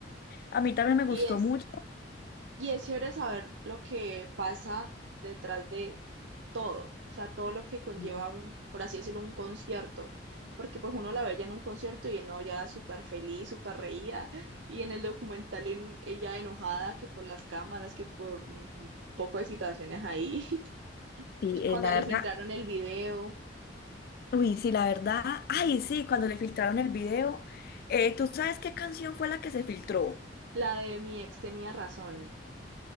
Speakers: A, on the left (about 55°); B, on the right (about 80°).
A: A mí también me gustó
B: Y es
A: mucho.
B: Y es chévere saber lo que pasa detrás de todo, o sea, todo lo que conlleva
A: Sí,
B: un, por así decirlo, un concierto, porque pues uno la ve ya en un concierto y no, ya súper feliz, súper reía, y en el documental en- ella enojada que por las cámaras, que por un poco de situaciones ahí, <laughs>
A: Sí, eh,
B: cuando
A: la
B: le
A: verdad.
B: filtraron el video,
A: Uy, sí, la verdad. Ay, sí, cuando le filtraron el video. eh, ¿tú sabes qué canción fue la que se filtró?
B: la de mi ex tenía razón.